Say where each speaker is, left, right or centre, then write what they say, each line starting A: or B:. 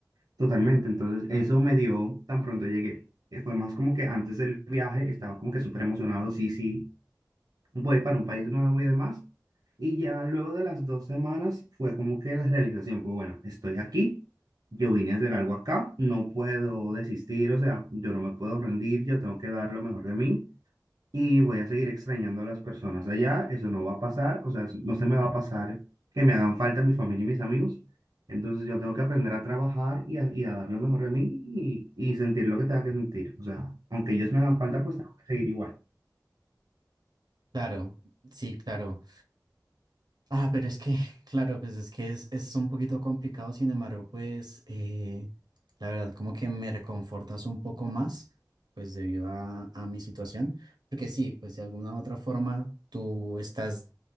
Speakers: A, on the right; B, on the right.
A: totalmente. Entonces, eso me dio, tan pronto llegué. eh, Fue más como que antes del viaje estaba como que súper emocionado, sí, sí, voy para un país nuevo y demás. Y ya luego de las dos semanas fue como que la realización fue, bueno, estoy aquí, yo vine a hacer algo acá, no puedo desistir, o sea, yo no me puedo rendir, yo tengo que dar lo mejor de mí y voy a seguir extrañando a las personas allá, eso no va a pasar, o sea, no se me va a pasar que me hagan falta mi familia y mis amigos. Entonces yo tengo que aprender a trabajar y a, y a dar lo mejor de mí y, y sentir lo que tenga que sentir. O sea, aunque ellos me hagan
B: ujú.
A: falta, pues tengo que seguir igual.
B: Claro, sí, claro. Ah, pero es que, <laughs> claro, pues es que es, es un poquito complicado, sin embargo, pues eh, la verdad como que me reconfortas un poco más, pues debido a, a mi situación, porque sí, pues de alguna u otra forma tú estás